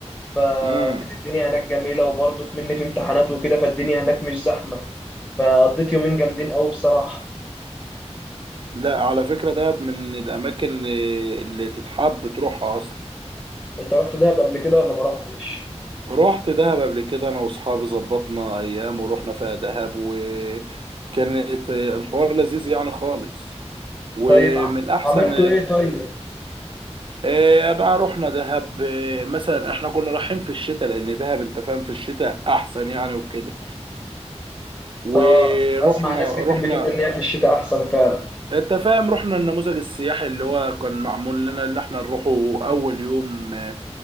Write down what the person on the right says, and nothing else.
امم
لا على فكره دهب من الاماكن اللي اللي تتحب تروحها اصلا
رحت دهب قبل كده انا واصحابي ظبطنا ايام ورحنا فيها دهب وكانت الحوار لذيذ يعني خالص ومن
احسن
إيه انا رحنا دهب إيه مثلا احنا كنا رايحين في الشتاء لان دهب انت فاهم في الشتاء احسن يعني وكده ورحنا
رحنا
انت فاهم رحنا النموذج السياحي اللي هو كان معمول لنا اللي احنا نروحه اول يوم اه،